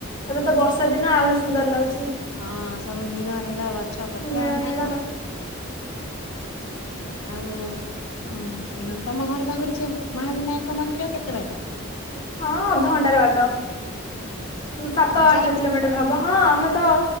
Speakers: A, on the left; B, on the left.
A: ଏବେ ତ ବର୍ଷା ଦିନ ଆହୁରି ସୁନ୍ଦର ଲାଗୁଛି।
B: ହଁ ସବୁ ନୀଳ ନୀଳ ଗଛ ପତ୍ର
A: ନୀଳ
B: ନାଁ
A: ନୀଳ
B: କଣ। ଆଉଁ ତମ ଘର ପାଖରୁ ସେ ମହାବିନାୟକ ମନ୍ଦିର କେତେ ବାଟ?
A: ହଁ ଅଧଘଣ୍ଟାରେ ବାଟ ସାତ
B: ହଁ
A: ଆଠ
B: ଯାଇଛି।
A: କିଲୋମିଟର ହବ। ହଁ ଆମେ ତ